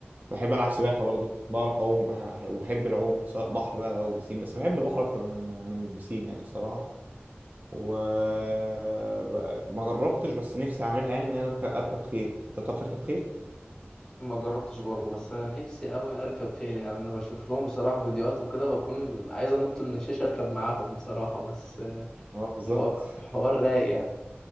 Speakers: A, on the right; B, on the left.
A: بحب العب سباحه برضو بعرف اعوم وبح- وبحب العوم سواء بحر بقى او بسين بس بحب البحر اكتر من من البسين يعني الصراحه وما جربتش بس نفسي اعملها يعني ان انا اركب أركب خيل انت بتعرف تركب خيل
B: ما جربتش برضو بس انا نفسي قوي اركب خيل يعني انا بشوف لهم بصراحة فيديوهات وكده بكون عايز انط من الشاشة اركب معاهم بصراحة بس آه،
A: اه بالظبط
B: الحوار الحوار رايق يعني